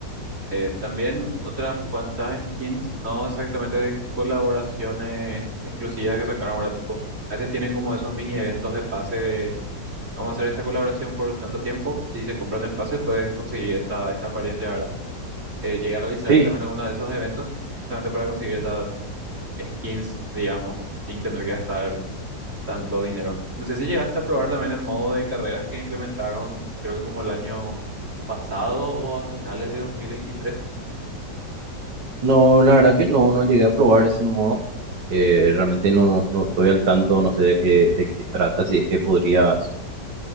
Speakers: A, on the right; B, on the right.
A: Eh, también otras cuantas skins, no exactamente de colaboraciones exclusivas que sacaron ahora, tipo, a veces tienen como esos mini eventos de pase de, vamos a hacer esta colaboración por tanto tiempo, si se compran el pase pueden conseguir esta, esta apariencia, ¿verdad? Eh, llegué a realizar
B: Sí,
A: también algunos de esos eventos justamente para conseguir esas skins, digamos, sin tener que gastar tanto dinero. Y no sé si llegaste a probar también el modo de carreras que implementaron, creo que como el año pasado o a finales de dos mil veintitrés
B: no, la verdad que no, no llegué a probar ese modo. Eh, realmente no, no estoy al tanto, no sé de qué, de qué trata, si es que podrías